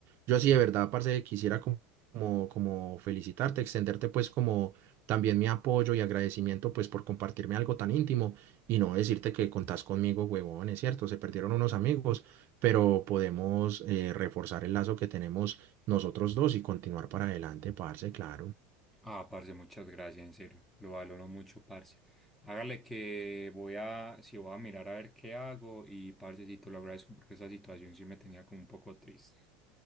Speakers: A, on the right; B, in the centre.
A: yo sí de verdad, parce, quisiera como como, como felicitarte, extenderte pues como también mi apoyo y agradecimiento pues por compartirme algo tan íntimo y no decirte que contás conmigo, huevón, es cierto, se perdieron unos amigos, pero podemos eh, reforzar el lazo que tenemos nosotros dos y continuar para adelante, parce, claro.
B: Ah, parce, muchas gracias, en serio. Lo valoro mucho, parce. Hágale que voy a, si voy a mirar a ver qué hago y parce, sí, te lo agradezco porque esa situación sí me tenía como un poco triste.